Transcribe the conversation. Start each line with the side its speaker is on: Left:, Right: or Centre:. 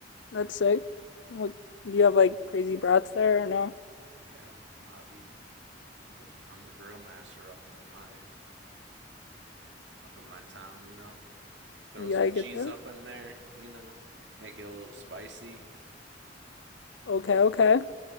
Left: That's sick. What do you have like crazy brats there or no?
Right: Yeah, Avi. I'm the I'm the grill master up in my up in my town, you know. Throw
Left: Yeah,
Right: some
Left: I
Right: cheese
Left: get that.
Right: up in there, you know, make it a little spicy.
Left: Okay, okay.